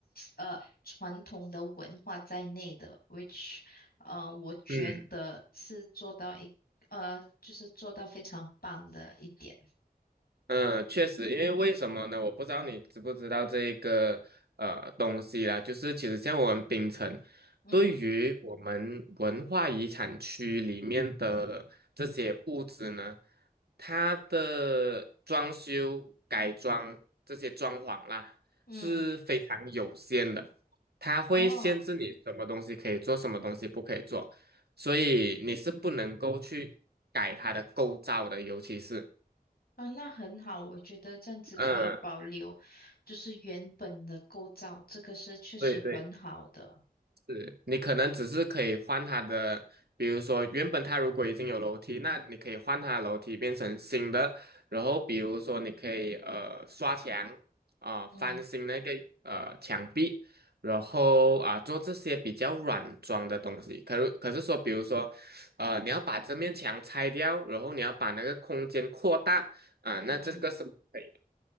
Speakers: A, on the left; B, on the right.
A: 呃，传统的文化在内的，which，呃，我觉得是做到一，
B: 嗯，
A: 呃，就是做到非常棒的一点。
B: 嗯，确实，因为为什么呢？我不知道你知不知道这个呃东西啦，就是其实像我们槟城，
A: 嗯
B: 对于我们文化遗产区里面的这些物质呢，它的装修、改装这些装潢啦是非常有限的，
A: 嗯，
B: 它会限制你什么东西可以做，
A: 哦，
B: 什么东西不可以做，所以你是不能够去改它的构造的，尤其是。
A: 啊，那很好，我觉得这样子可以保留，
B: 嗯，
A: 就是原本的构造，这个是确实很好的。
B: 对对，是你可能只是可以换它的，比如说原本它如果已经有楼梯，那你可以换它的楼梯变成新的，然后比如说你可以呃刷墙啊、
A: 嗯。
B: 翻新那个呃墙壁，然后啊、做这些比较软装的东西。可可是说，比如说呃你要把这面墙拆掉，然后你要把那个空间扩大啊、那这个是不可以的。
A: 嗯，